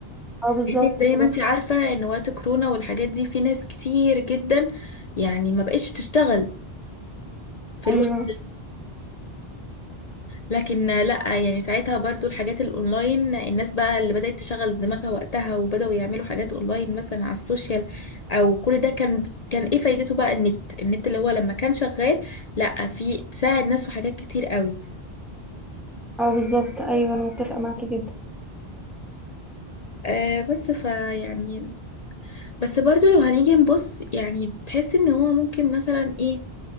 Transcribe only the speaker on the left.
لأن زي
ما انت عارفة ان وقت كورونا والحاجات دي في ناس كتير جدا يعني ما بقتش تشتغل في
الوقت لكن لا يعني ساعتها برضو الحاجات الاونلاين الناس بقى اللي بدأت تشغل دماغها وقتها وبدأوا يعملوا حاجات اونلاين مثلا على السوشيال او كل ده كان كان ايه فايدته بقى النت النت اللي هو لما كان شغال لا في ساعد ناس في حاجات كتير قوي
آه بس فيعني بس برضو لو هنيجي نبص يعني بتحس ان هو ممكن مثلا ايه